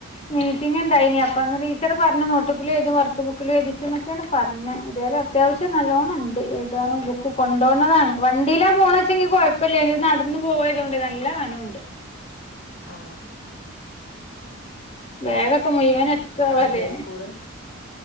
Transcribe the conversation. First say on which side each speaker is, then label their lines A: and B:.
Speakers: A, on the left; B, on the left.
A: മീറ്റിംഗ് ഇണ്ടായിനി അപ്പാ ടീച്ചർ പറഞ്ഞു നോട്ടപ്പുള്ളിയായി വർക്ക് ബുക്കിലും എഴുതിച്ചെന്ന് പറഞ്ഞെ ഇതേപോലെ അത്യാവശ്യം നല്ലോണണ്ട് എഴുതാനും ബുക്ക് കൊണ്ടുപോണതാണ് വണ്ടിയിലാ പോണന്ന് വെച്ച കുഴപ്പമില്ല ഇത് നടന്നു പോയതുകൊണ്ട് നല്ല സ്ഥലമുണ്ട്.
B: ആ
A: ബാഗൊക്കെ മുഴുവൻ <unintelligible> മതി
B: ആണ്ല്ലേ സ്കൂള്